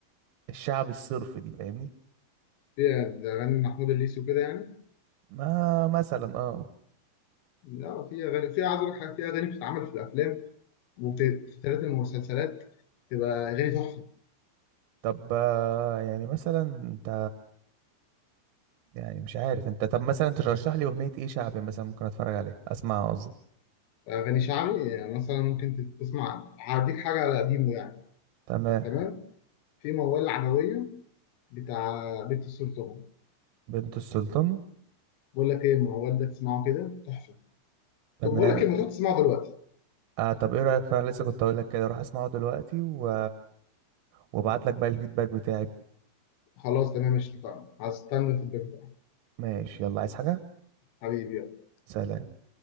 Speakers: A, on the right; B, on the left.
A: الشعبي الصرف دي فاهمني
B: فيها ده اغاني محمود الليثي وكده يعني
A: ما مثلا اه
B: لا في اغاني في عايز اقول لك حاجه في اغاني بتتعمل في الافلام وبتتعرض المسلسلات تبقى اغاني تحفه
A: طب آه، يعني مثلا انت يعني مش عارف انت طب مثلا ترشح لي اغنيه ايه شعبي مثلا ممكن اتفرج عليها اسمعها قصدي
B: اغاني شعبي يعني مثلا ممكن تسمع هديك حاجه على قديمه يعني
A: تمام
B: تمام في موال العدويه بتاع بنت السلطان
A: بنت السلطان
B: بقول لك ايه الموال ده تسمعه كده تحفه
A: تمام
B: طب بقول لك ايه ما تروح تسمعه دلوقتي
A: آه طب ايه رايك فعلا لسه كنت اقول لك كده روح اسمعه دلوقتي و... وابعت لك بقى الفيدباك بتاعي
B: خلاص تمام مش اتفقنا هستنى في البيت
A: ماشي يلا عايز حاجه
B: حبيبي
A: سلام